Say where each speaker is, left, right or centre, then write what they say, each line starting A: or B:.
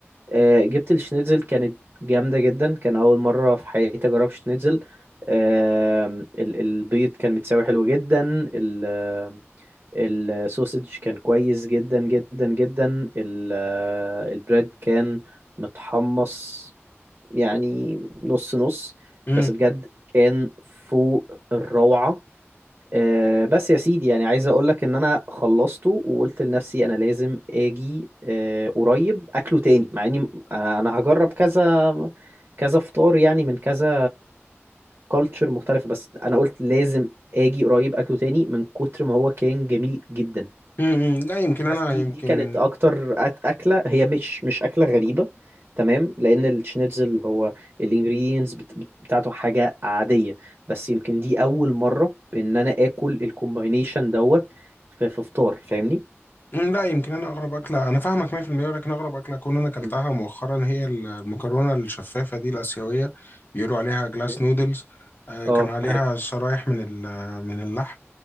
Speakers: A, on the right; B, on the left.
A: آه، جبت الشنيتزل كانت جامدة جدا كان أول مرة في حياتي أجرب شنيتزل آم، ال- البيض كان متساوي حلو جدا ال- آم، السوسج كان كويس جدا جدا جدا ال- آه، البريد كان متحمص يعني نص نص
B: امم
A: بس بجد كان فوق الروعة آه، بس يا سيدي يعني عايز اقول لك ان انا خلصته وقلت لنفسي انا لازم اجي آه، قريب اكله تاني مع اني انا أنا هجرب كذا كذا فطار يعني من كذا كالتشر مختلفة بس انا قلت لازم اجي قريب اكله تاني من كتر ما هو كان جميل جدا
B: امم لا يمكن انا
A: بس دي
B: يمكن
A: دي كانت اكتر أك- اكله هي مش مش اكله غريبه تمام لان الشنيتزل هو الانجريدينتس بتاعته حاجه عاديه بس يمكن دي اول مره ان انا اكل الكومباينيشن دوت في في فطار فاهمني
B: مم، لا يمكن انا اغرب اكله انا فاهمك 100% ولكن اغرب اكله اكون انا اكلتها
A: مم.
B: مؤخرا هي المكرونه الشفافه دي الاسيويه بيقولوا عليها جلاس
A: اوكي
B: نودلز آه
A: اه
B: كان عليها
A: عارف
B: شرايح من ال- من اللحم